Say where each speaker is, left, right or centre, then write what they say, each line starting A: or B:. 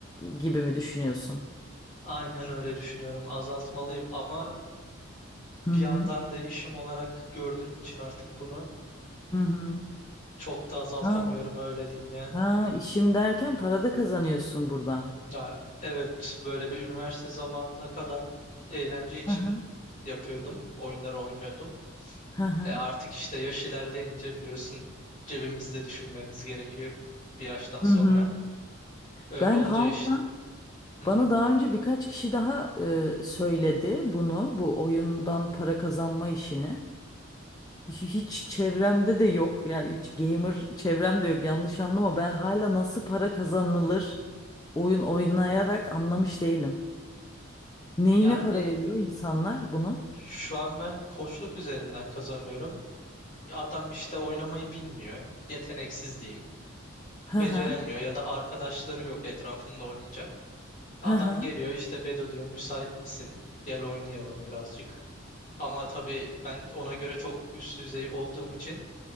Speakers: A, on the left; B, on the left.
A: gibi mi düşünüyorsun?
B: Aynen öyle düşünüyorum. Azaltmalıyım ama
A: Hı
B: bir
A: hı.
B: yandan da işim olarak gördüğüm için artık bunu
A: Hı
B: çok da azaltamıyorum
A: hı.
B: öyle diyeyim yani.
A: Ha işim derken para da kazanıyorsun buradan.
B: Ya evet böyle bir üniversite zamanına kadar eğlence için
A: Hı hı.
B: yapıyordum. Oyunları oynuyordum.
A: Hı hı.
B: E artık işte yaş ilerleyince biliyorsun cebimizde düşünmemiz gerekiyor bir yaştan
A: Hı
B: sonra.
A: hı.
B: Öyle
A: Ben
B: olunca
A: hala
B: iş... Hı
A: bana
B: hı.
A: daha önce birkaç kişi daha e, söyledi bunu bu oyundan para kazanma işini. Hiç, hiç çevremde de yok yani hiç gamer çevremde yok yanlış anlama ben hala nasıl para kazanılır oyun oynayarak anlamış değilim. Neyine
B: Yani
A: para veriyor insanlar bunu?
B: şu an ben koçluk üzerinden kazanıyorum. Adam işte oynamayı bilmiyor. Yeteneksiz diyeyim.
A: Hı
B: Beceremiyor
A: hı.
B: ya da arkadaşları yok etrafında oynayacak. Adam
A: Hı hı.
B: geliyor işte Bedo diyor müsait misin? Gel oynayalım birazcık. Ama tabii ben ona göre çok üst düzey olduğum için